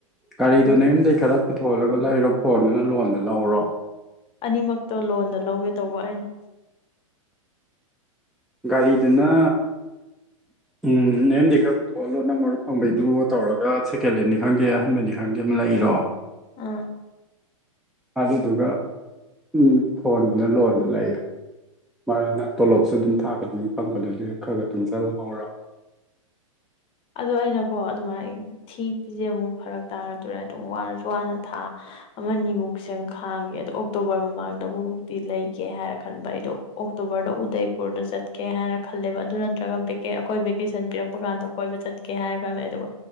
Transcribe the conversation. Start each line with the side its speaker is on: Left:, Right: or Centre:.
Centre: ꯒꯥꯔꯤꯗꯨꯣ
Left: ꯎꯝ
Centre: ꯅꯌꯨꯝꯗꯒꯤꯩ ꯈꯔ ꯄꯨꯊꯣꯛꯍꯂꯒ ꯂꯩꯔꯣ ꯐꯣꯟꯗꯨꯅ ꯂꯣꯟꯗ ꯂꯧꯍꯧꯔꯣ
Left: ꯑꯅꯤꯃꯛꯇꯣ ꯂꯣꯟꯗ ꯂꯧꯒꯦ ꯇꯧꯕ ꯑꯩꯅ
Centre: ꯒꯥꯔꯤꯗꯨꯅ ꯎꯝ ꯅꯦꯝꯗꯤ ꯈꯔ ꯄꯨꯊꯣꯛꯍꯜꯂꯣ ꯅ ꯃꯔꯨꯞ ꯐꯪꯕꯩꯗꯨꯣ ꯇꯧꯔꯒ ꯁꯦꯀꯦꯟ ꯍꯦꯟ ꯈꯪꯗꯦ ꯑꯍꯟꯕꯅꯤ ꯈꯪꯗꯦ ꯑꯃ ꯂꯩꯔꯣ
Left: ꯑꯥ
Centre: ꯑꯗꯨꯗꯨꯒ ꯎ ꯐꯣꯟꯅ ꯂꯣꯟꯕ ꯂꯩꯌꯦ ꯃꯥ ꯅ ꯇꯣꯂꯣꯞꯁꯨ ꯑꯗꯨꯝ ꯊꯥꯒꯅꯤ ꯐꯪꯕꯗꯨ ꯑꯗꯨ ꯈꯔ ꯈ ꯇꯨꯡꯁꯤꯜꯍꯧꯔꯦ
Left: ꯑꯗꯣ ꯑꯩꯅꯀꯣ ꯑꯗꯨꯃꯥꯏꯅ ꯊꯤ ꯄꯤꯁꯦ ꯑꯃꯨꯛ ꯐꯔꯛ ꯇꯥꯔꯗꯣꯔꯦ ꯑꯗꯨꯝ ꯋꯥꯔꯁꯨ ꯋꯥꯅ ꯊꯥ ꯑꯃꯅꯤꯃꯨꯛ ꯁ ꯈꯥꯡꯒꯦ ꯑꯗꯣ ꯑꯣꯛꯇꯣꯕꯔ ꯃꯃꯥꯡꯗꯕꯨꯛꯇꯤ ꯂꯩꯒꯦ ꯍꯥꯏꯔ ꯈꯟꯕ ꯑꯩꯗꯣ ꯑꯣꯛꯇꯣꯕꯔꯗ ꯎꯗꯩꯄꯨꯔꯗ ꯆꯠꯀꯦ ꯍꯥꯏꯔꯅ ꯈꯜꯂꯦꯕ ꯑꯗꯨ ꯅꯠꯇ꯭ꯔꯒ ꯑꯩꯈꯣꯏ ꯚꯦꯀꯦꯁꯟ ꯄꯤꯔꯛꯄ ꯀꯥꯟꯗ ꯀꯣꯏꯕ ꯆꯠꯀꯦ ꯍꯥꯏꯔ ꯈꯜꯂ ꯑꯗꯨꯒ